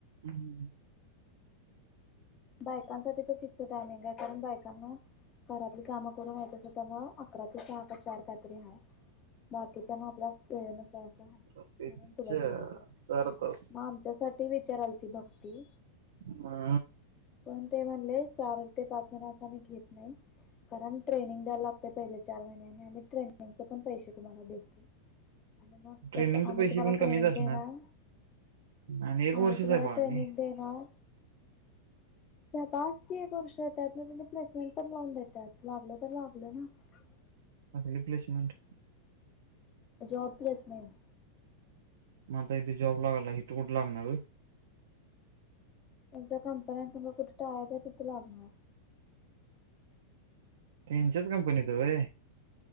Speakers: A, on the right (about 80°); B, on the left (about 25°).
A: हम्म हम
B: बायकांसाठीच फिक्स टायमिंग आहे कारण बायकांना घरातली कामं करून याेत अस त्यामु अकरा ते सहा का चार कात्री ह बाकीचा ना आपला खेळनस म्हणून
A: विचारूया
B: तुला सांगितलं
A: चार तास
B: मग आमच्यासाठी विचारल ती भक्ती
A: हा
B: पण ते म्हणले चार ते पाच महिने असं म घेत नाही कारण ट्रेनिंग द्यायला लागते पहिले चार महिन्याने आम्ही ट्रेनिंगचे पण पैसे तुम्हाला देत आणि मग
A: ट्रेनिंगचे
B: त्याच आम्ही
A: पैसे
B: तुम्हाला
A: पण
B: ट्रेनिंग
A: कमीच असणार
B: देणार
A: आणि एक वर्षच
B: आ्ही तुम्हाला
A: आहे बाळ
B: ट्रेनिंग
A: मी
B: देणार असती एक वर्ष त्यात ना त्यांनी प्लेसमेंट पण लोन देतात लागलं तर लागलं ना ह
A: अस रिप्लेसमेंट
B: जॉब प्लेसमेंन
A: मग आता इथे जॉब लागाला इथ कुठे लागणार
B: त्यांुमच्या कंपन्यांसग कुठे टाय का आहे तिथं लागणार
A: त्यांच्याच कंपनीत रय